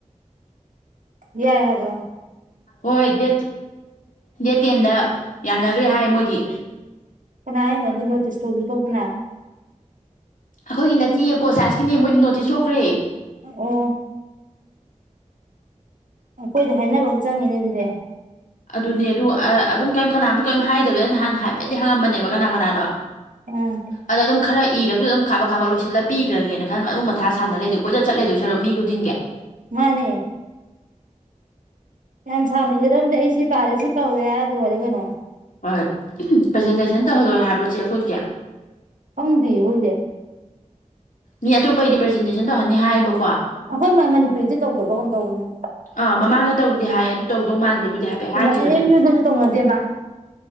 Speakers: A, on the right; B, on the left.
A: ꯌꯥꯏ ꯍꯥꯏꯕ꯭ꯔꯣ
B: ꯍꯣꯏ ꯗꯦꯠ ꯗꯦꯠ ꯇꯦꯟꯗ ꯌꯥꯅꯈ꯭ꯔꯦ ꯍꯥꯏ ꯃꯣꯏꯗꯤ
A: ꯀꯅꯥ ꯍꯥꯏꯅꫭ ꯑꯗꯨ ꯅꯣꯇꯤꯁ ꯊꯣꯛꯁꯨ ꯊꫭꯛꯇꯅ
B: ꯑꯩꯈꯣꯏꯒꯤ ꯅꯠꯇꯤꯌꯦ ꯄꯣꯜ ꯁꯥꯏꯟꯁꯀꯤꯅꯦ ꯃꯣꯏꯗꯤ ꯅꯣꯇꯤꯁ ꯊꯣꯛꯈ꯭ꯔꯦ
A: ꯑꯣ ꯑꯩꯈꯣꯏꯗꯤ ꯍꯥꯏꯅꯕ ꯑꯃ ꯆꯪꯉꯦꯅꯦ ꯑꯗꯨꯗꯤ
B: ꯑꯗꯨꯅꯦ ꯑꯗꯨ ꯑ ꯑꯗꯨꯝ ꯀꯩꯝ ꯀꯅꯥꯝꯁꯨ ꯀꯩꯝ ꯍꯥꯏꯗꯕꯗ ꯑꯩꯅ ꯅꯍꯥꯟ ꯍꯥꯏꯐꯦꯠꯇꯗꯤ ꯍꯪꯉꯝꯕꯅꯦꯕ ꯀꯅꯥ ꯀꯅꯥꯅꯣ
A: ꯎꯝ
B: ꯑꯗꯣ ꯑꯗꯨꯝ ꯈꯔ ꯏꯔꯕꯁꯨ ꯗꯨꯝ ꯀꯥꯕꯛ ꯀꯥꯕꯛ ꯂꯣꯏꯁꯤꯜꯂ ꯄꯤꯒ꯭ꯔꯒꯦꯅ ꯈꯟꯕ ꯃꯨꯛ ꯃꯊꯥ ꯁꯥꯟꯅ ꯂꯩꯗꯣ ꯀꯣꯏꯆꯠ ꯆꯠ ꯂꯩꯗꫭꯏ ꯁꯔꯨꯛ ꯃꯤ ꯈꯨꯗꯤꯡꯒꯤ
A: ꯃꯥꯅꯦ ꯌꯥꯝ ꯁꯥꯡꯅ ꯏꯒꯗꯩ ꯅꯠꯇꯦ ꯑꯩ ꯁꯤ ꯄꯥꯔꯦ ꯁꯤ ꯇꯧꯔꯦ ꯍꯥꯏ ꯂꯣꯏꯔꯦ ꯀꯩꯅꯣ
B: ꯍꯣꯏ ꯄ꯭ꯔꯖꯦꯟꯇꯦꯁꯟ ꯇꯧꯍꯜꯂꯣꯏ ꯍꯥꯏꯕ꯭ꯔ ꯆꯦ ꯑꯩꯈꯣꯏꯒꯤ
A: ꯈꯪꯗꯤꯌꯦ ꯑꯈꫭꯏꯁꯦ
B: ꯃꯤ ꯑꯇꯣꯞꯄꯩꯗꯤ ꯄ꯭ꯔꯖꯦꯟꯇꯦꯁꯟ ꯇꯧꯍꯟꯅꯤ ꯍꯥꯏꯕ
A: ꯑꯩꯈꯣꯏ ꯃ ꯃꯅꯤꯄꯨꯔꯤꯗꯤ ꯇꯧꯗꯕꯒꯨꯝꯝ ꯇꯧꯕꯅꯦ ꯎꯝ
B: ꯑꯥ ꯃꯃꯥꯡꯗ ꯇꯧꯗꯦ ꯍꯥꯏ ꯑꯗꯨ ꯇꯧꯗꯧ ꯃꯥꯟꯗꯦꯕꯨꯗꯤ ꯍꯥꯏꯐꯦꯠ
A: ꯁꯃꯥꯏꯅ
B: ꯍꯥꯏꯈꯤꯕꯅꯦ
A: ꯑꯦꯝ ꯌꯨꯗꯁꯨ ꯇꯧꯅꯗꯦꯕ ꯑ